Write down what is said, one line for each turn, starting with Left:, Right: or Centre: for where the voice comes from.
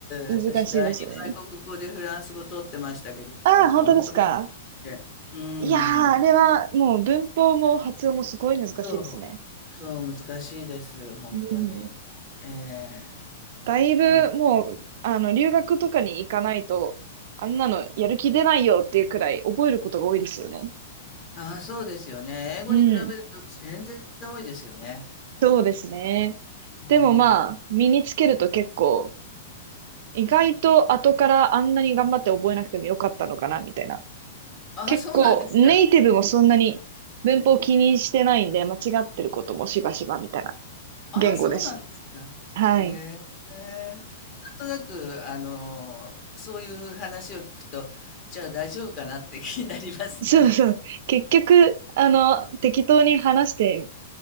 Right: 難しいですね。
Left: 私、第二外国語でフランス語取ってましたけど、
Right: ああ、
Left: 本当難しくて。
Right: 本当ですか。
Left: うん。
Right: いやー、あれはもう文法も発音もすごい難しいですね。
Left: そう、そう、難しいです、本当に。
Right: うん。
Left: ええ
Right: だいぶもう、
Left: でも、
Right: あの、留学とかに行かないと、あんなのやる気出ないよっていうくらい覚えることが多いですよね。
Left: ああ、そうですよね。英語に比べると全然多いですよね。
Right: うん。そうですね。
Left: うん。
Right: でもまあ、身につけると結構、意外と後からあんなに頑張って覚えなくてもよかったのかな、みたいな。
Left: ああ、
Right: 結構ネイティブもそんなに文法を気にしてないんで、
Left: そうなんですか。
Right: 間違ってることもしばしばみたいな
Left: ああ、
Right: 言語です。
Left: そうなんですか。
Right: はい。
Left: へえ。なんとなく、あの、そういう話を聞くと、じゃあ大丈夫かなって気になりますね。
Right: そうそう。結局、あの、適当に話して